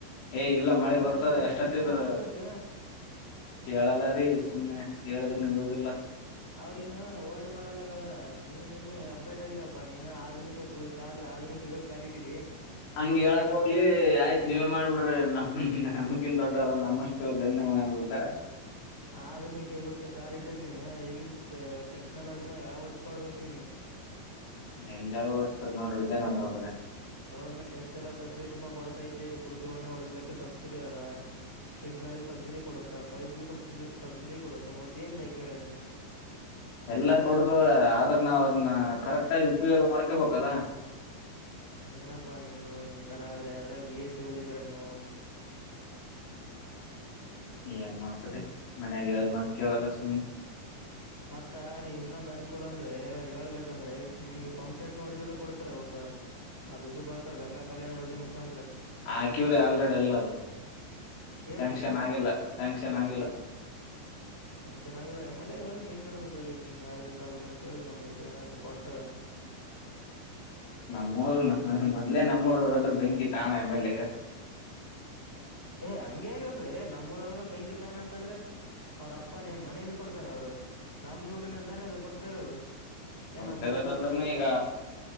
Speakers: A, on the left; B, in the centre.
A: ಏ ಇಲ್ಲ ಮಳಿ
B: ಕೇಳಸ್ಬೇಕ್ರಿ
A: ಬರ್ತದ ಎಷ್ಟ ಹತ್ತಿದ್ರ
B: ಅರ್ಥ ಮಾಡ್ಸ್ಬೇಕ್
A: ಕೇಳಲ್ಲ ರೀ ಸುಮ್ನೆ ಹೇಳಿದ್ರನು ಯೂಸ್ ಇಲ್ಲ್
B: ಅವ್ರಿನ್ನು ಓಲ್ಡ್ ಮಾಡಲ್ದಾಗದಾರ ನೀನ್ ಇನ್ ಅಬ್ಬೇಟ್ ಆಗಿದಪ್ಪಾ ನೀನ್ ಆಧುನಿಕ ಕು ಕಾಲ ಆಧುನಿಕ ಯುಗಕ ಕಾಲಿಟ್ಟಿದಿ
A: ಹಂಗ
B: ಈಗಿನ
A: ಹೇಳಕ್
B: ತಕ್ಕಂಗ
A: ಹೋಗ್ಲಿ
B: ಟಕ್
A: ಆಯ್ತ ನೀವೇ ಮಾಡ್ಬಿಡ್ರಿ ನಮ್ ನಮಕಿನ್ ದೊಡ್ಡರ ನಮ್ಮಸ್ಟ ತಿಳದದೇನ್ ನಿಮಗ ಅಂದ್ಬಿಡ್ರಿ
B: ಹ್ಮ್ ಆಧುನಿಕ ಯುಗಕ್ಕೆ ಕಾಲ ಇಟ್ಟಿದ್ ನೀನ್ ಈಗಿನ್ ಟೆಕ್ನಾಲಜಿನ ಅಳವಡ್ಸ್ಕೊಳ್ಬೇಕ್ ನೀನ್
A: ಎಲ್ಲ ಅಳವಡಿಸತ್ತೀರಿ ನೋಡ್ರಿ ಇದೇನ್ ನಡದವ ಬರೆ
B: ಗೌರ್ಮೆಂಟ್ ಎಷ್ಟೆಲ್ಲ ಫೆಸಿಲಿಟಿ ಕೊಡತೈತಿ ಕೃಷಿ ಹೊಂಡ ಒಡಸಲಕ್ಕೆ ಸಬ್ಸಿಡಿ ಅದ ಪಿಂಕ್ಲರಿಗೆ ಸಬ್ಸಿಡಿ ಕೊಡುತ್ತಾ ಪೈಪ್ಗೆ ಸಬ್ಸಿ ಸಬ್ಸಿಡಿ ಕೊಡುತ್ತ ಮತ್ತೆ ಏನ್ ಬೇಕ ಹೇಳ ನಿನಗ
A: ಎಲ್ಲಾ ಕೊಡತದ ಆದ್ರ ನಾವ ಅದ್ರನ್ನ ಕರೆಕ್ಟ್ ಆಗಿ
B: ಹ್ಮ್
A: ಉಪಯೋಗ ಮಾಡ್ಕೊಬೇಕಲ್ಲ
B: ಏನಪ್ಪಾ ನೀವು ಈಥರ ಆದ್ರೆ ಅದ್ರಾಗ ಬಿ ಎಸ್ ಸಿ ಓದಿದೀರಾ ನೀವು <inaudible>
A: ಏನ್ ಮಾಡ್ತರಿ ಮನ್ಯಾಗ ಹೇಳಿದ್ ಮಾತ್ ಕೇಳಲ್ಲ ಸುಮ್ನೆ
B: ಮತ್ತ ನೀವ್ ಇನ್ನೊಂದ್ ಅನುಕೂಲ ಅಂದ್ರೆ ಹೇಳ್ಬೇಕಂದ್ರೆ ನಿನ್ಗ ಪಂಪ್ ಶೆಟ್ ನ ಹೂಡಿಸಲಕ ಕೊಡ್ತರ ಒಂದ್ ಅದ ಇದು ಬರ್ತ ಗಂಗಾ ಕಲ್ಯಾಣ ಯೋಜನೆ ಮುಖಾಂತ್ರ
A: ಆಕ್ಯೂರಿ ಆಲ್ರೆಡಿ ಎಲ್ಲ ಅದ
B: ಏನಾಯ್ತು
A: ಸ್ಯಾಂಕ್ಷನ್ ಆಗಿಲ್ಲ ಸ್ಯಾಂಕ್ಷನ್ ಆಗಿಲ್ಲ <inaudible>
B: ಸ್ಯಾಂಕ್ಷನ್ ಆಗಿಲ್ಲ ಎಮ ಎಲ್ಗ ಹೋಗಿ ಮೀಟ್ ಮಾಡ್ಬೇಕಿರಲ್ಲ ಹಿಂಗ ಹಿಂಗ ಆದ್ರಿ ಸಾಬ್ರೆ ಅಂತ ಹೇಳಿ ಒಂದ ಇಟ್ಟ ಏನರ ಇಟ್ಟ ಕೊಟ್ಟ
A: ನಮ್ಮೂರು ಮೊದ್ಲೆ ನಮ್ಮೂರು ಅಂದ್ರ ಬೆಂಕಿ ತಾಣ ಎಮ ಎಲ್ಗ
B: ಏ ಹಂಗೇನ ಇಲ್ರಿ ನಮ್ಮೂರ ಅಂದ್ರ ಬೆಂಕಿ ತಾಣ ಅಂತಂದ್ರೆ ಅವ್ರಪ್ಪ ಏನ್ ಮನೆಯಿಂದ ಕೊಡ್ತಾರ ಅವ್ರು ನಮ್ದ ದುಡ್ಡನ ತಾನೇ ಕೊಡ್ತಾ ಇರೋದು.
A: ಕೊಡ್ತಾ
B: ಏನ್ ನಮ್
A: ಇರೋದಂದ್ರನ
B: ಊರಲ್ಲಿ ಓಟ್ ಹಾಕಲ್ವಾ
A: ಈಗ